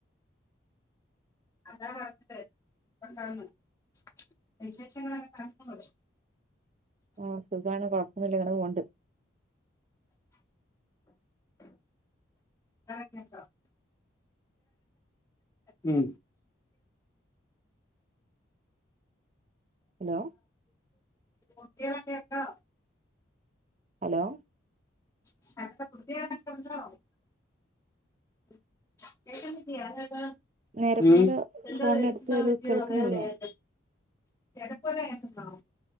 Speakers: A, on the left; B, on the right.
A: <unintelligible>
B: ആ സുഖാണ് കോഴപ്പൊന്നില്ല ഇങ്ങനെ പോകണ്ട്.
A: <unintelligible> ഉം
B: ഹലോ
A: കുട്ടികളൊക്കെ ഒണ്ടോ
B: ഹലോ
A: <unintelligible> ഒക്കെ ഉണ്ടോ? കേക്കുന്നില്ലേ <unintelligible>
B: നേരക്ക് പോലെ ഫോണിന്
A: ഉം
B: അടുത്ത് വരൂ കേൾക്കണില്ല
A: ചെലപ്പത് <unintelligible>